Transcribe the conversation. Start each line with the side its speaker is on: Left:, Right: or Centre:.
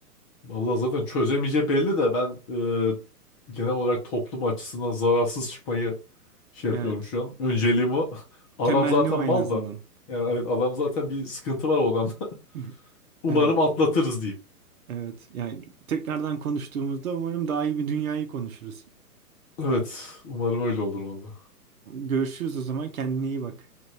Left: Vallahi zaten çözemeyeceği belli de ben e, genel olarak toplum açısından zararsız çıkmayı şey yapıyorum
Right: Evet.
Left: şu an. Önceliğim o. <laughs> Adam
Right: Temenni
Left: zaten
Right: o
Left: mal
Right: en azından.
Left: da. Yani evet adam zaten bir sıkıntı var o adamda.
Right: <laughs>
Left: <laughs> Umarım
Right: Evet.
Left: atlatırız diyeyim.
Right: Evet. Yani tekrardan konuştuğumuzda umarım daha iyi bir dünyayı konuşuruz.
Left: Evet. Umarım öyle olur vallahi.
Right: Görüşürüz o zaman. Kendine iyi bak.